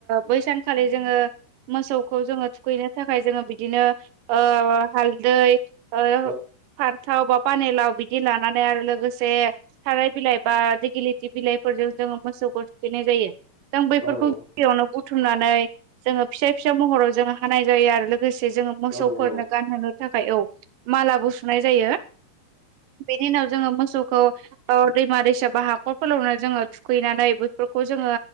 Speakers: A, on the right; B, in the centre.
A: बै सान खालि जोङो मोसौखौ जोङो थुखैनो थाखाय जोङो बिदिनो ओ हालदै <unintelligible>
B: औ
A: थाव बा पानिलाव बिदि लानानै आरो लोगोसे थाराय बिलाइ बा <unintelligible> बिलाइफोरजों जोङो मोसौखौ थुखैनाय जायो जों बैफोरखौ
B: औ औ
A: गिबियावनो बुथुमनानै जोङो फिसा फिसा महराव जोङो हानाय जायो। आरो लोगोसे जोङो मोसौफोरनो
B: औ औ
A: गानहोनो थाखाय औ मालाबो सुनाय जायो। बेनि उनाव जोङो मोसौखौ ओ दैमा दैसा बाहा फोरावनो जोङो थुखैनानै बैफोरखौ जोङो